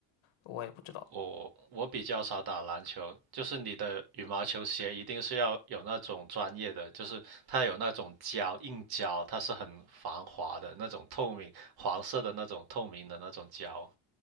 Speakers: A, on the left; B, on the right.
A: 我也不知道。
B: 我我比较少打篮球，就是你的羽毛球鞋一定是要有那种专业的，就是它有那种胶硬胶，它是很防滑的那种透明黄色的那种透明的那种胶。